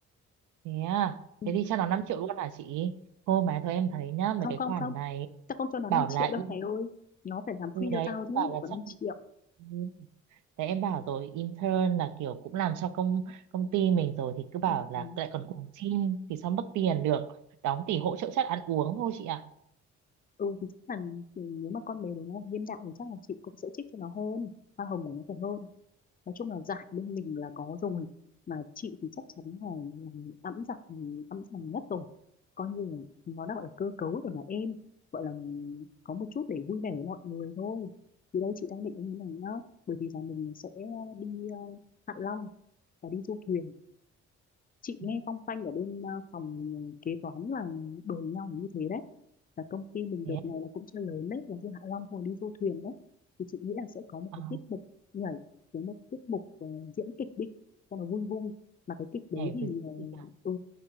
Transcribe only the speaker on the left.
Ừ.
không
không
không
tao không cho nó
5
triệu đâu
mày ơi nó phải làm free
cho tao
chứ
lại
còn
năm triệu
ừ,
ừ
Ừ, thì chắc là thì nếu mà con bé đấy nó hiện đại thì chắc là chị cũng sẽ trích cho nó hơn hoa hồng của nó phải hơn nói chung là giải bên mình là có rồi mà chị thì chắc chắn là, là ẵm giặc ẵm giằng nhất rồi coi như là nó đã gọi là cơ cấu để mà em gọi là có một chút để vui vẻ với mọi người thôi thì đây chị đang định như này nhá bởi vì là mình sẽ đi ờ, Hạ Long và đi du thuyền chị nghe
phong phanh ở bên ờ, phòng kế toán là đồn nhau như thế đấy và công ty mình
đợt này
là cũng chưa lớn đấy là như Hạ Long hồi đi du thuyền đấy thì chị nghĩ là sẽ có một
cái tiết mục nhảy với một tiết mục ờ, diễn kịch đi cho nó vui vui mà cái kịch đấy
thì
ờ,
ừ,